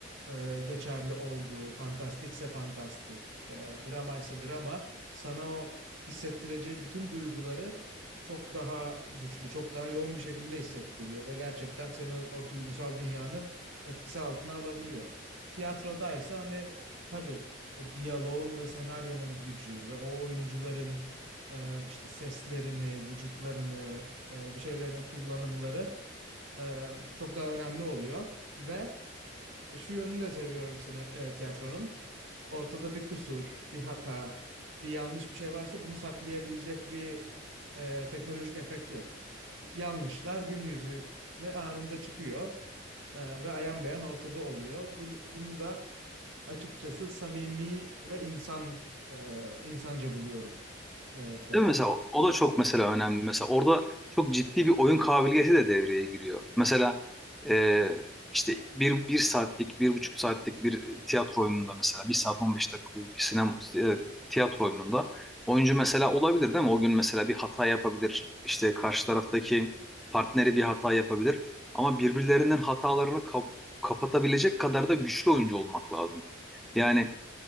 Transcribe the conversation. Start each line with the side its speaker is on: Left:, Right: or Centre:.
Right: e, geçerli olduğu, fantastikse fantastik, e, dramaysa drama, sana o hissettireceği bütün duyguları çok daha güçlü, çok daha yoğun bir şekilde hissettiriyor ve gerçekten seni o, o duygusal dünyanı etkisi altına alabiliyor. Tiyatrodaysa hani tabii o diyaloğun ve senaryonun gücü ve o oyuncuların e, işte seslerini, vücutlarını, e, bir şeylerini kullanımları e, çok daha önemli oluyor ve e, Şu yönünü de seviyorum sine- e, tiyatronun. Ortada bir kusur, bir hata, bir yanlış bir şey varsa bunu saklayabilecek bir e, teknolojik efekt yok. Yanlışlar gün yüzüne anında çıkıyor e, ve ayan beyan ortada oluyor. Bu, bunu da açıkçası samimi ve insan e, insanca buluyorum e, tiyatro.
Centre: Değil mi? Mesela o da çok mesela önemli. Mesela orada çok ciddi bir oyun kabiliyeti de devreye giriyor. Mesela e, işte bir, bir saatlik, bir buçuk saatlik bir tiyatro oyununda mesela bir saat 15 dakikalık bir sinema e, tiyatro oyununda oyuncu mesela olabilir değil mi? O gün mesela bir hata yapabilir. İşte karşı taraftaki partneri bir hata yapabilir. Ama birbirlerinin hatalarını kap- kapatabilecek kadar da güçlü oyuncu olmak lazım. Yani